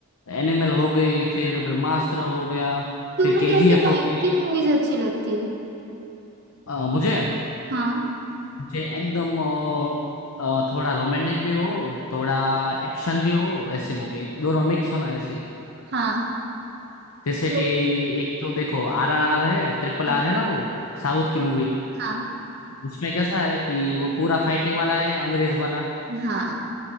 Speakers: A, on the left; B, on the right.
A: एनिमल हो गई फिर ब्रह्मास्त्र हो गया
B: तुम्हें
A: फिर केजीएफ
B: कैसे टाइप
A: हो गई
B: की मूवीज अच्छी लगती है
A: अ, मुझे
B: हाँ
A: मुझे एकदम अ, अ, थोड़ा रोमांटिक भी हो थोड़ा एक्शन भी हो ऐसी
B: हम्म।
A: मूवी दोनों मिक्स होना ऐसी
B: हाँ
A: जैसे
B: तो
A: कि एक तो देखो आर आर आर है ट्रिपल आर
B: हाँ
A: है ना वो साउथ की मूवी
B: हाँ
A: उसमें कैसा है कि वो पूरा फाइटिंग वाला है अंग्रेज वाला
B: हाँ